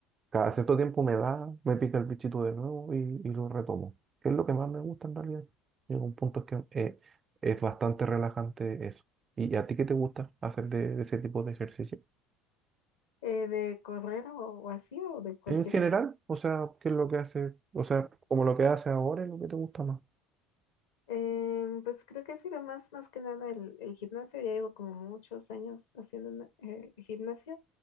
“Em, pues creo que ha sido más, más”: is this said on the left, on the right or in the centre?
Left